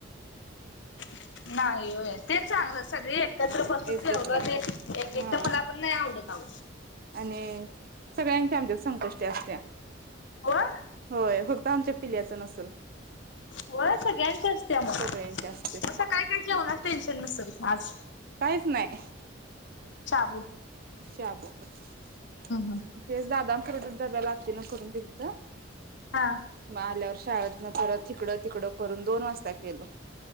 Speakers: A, on the left (about 70°); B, on the right (about 50°).
A: <inaudible> नाही होय ते चांगलं सगळे एकत्र बसून
B: एकत्र
A: ठेवलं ते एक एकट
B: हा
A: मला पण नाही आवडत. आहो
B: आणि सगळ्यांचे आमच्या संकष्ट असत्या
A: होय
B: होय <inaudible> आमच्या पिल्याचं नसल.
A: हो सगळ्यांचअसत्या म <inaudible> मग
B: सगळ्यांच्या असते
A: सकाळी जवना टेन्शन नसल मग आज
B: काहीच नाही <inaudible>
A: हो <inaudible>
B: शाबू तेच
A: हम्म
B: दादा <inaudible> डब्याला आज तिनं करून दिलत
A: हा
B: म आल्यावर <inaudible> शाळेतन परत हिकडं तिकड करून दोन वाजता केलो